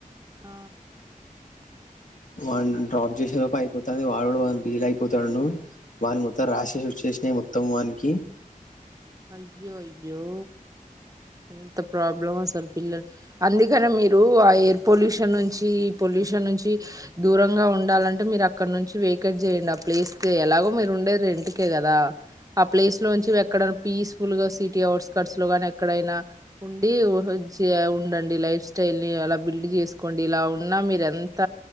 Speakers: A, on the right (about 25°); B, on the left (about 60°).
A: ఆ
B: వా డ్రాప్ చేసిన లోప్ప అయిపోతుంది వాడు కూడా డీల్ అయిపోతా నువు వని మత్తం రాసెస్ వచ్చేసినా మొత్తం వనికి
A: అయ్యో అయ్యో ఎంత ప్రాబ్లం అసలు పిల్లలు అందుకని మీరు ఆ ఎయిర్ పొల్యూషన్ నుంచిొల పొల్యూషన్ నుంచి దూరంగా ఉండాలంటే మీరు అక్కడ నుంచి వెకేట్ చేయండి ఆ ప్లేస్ ఎలాగో మీరు ఉండే ఇంటికే కదా ఆ ప్లేస్ లో నుంచి ఎక్కడ పీస్ఫుల్ గా సిటీ అవుట్స్కట్స్ లో గాని ఎక్కడైనా ఉండి ఉండండి లైఫ్ స్టైల్ అలా బిల్డ్ చేసుకోండి ఇలా ఉన్నా మీర ఎంత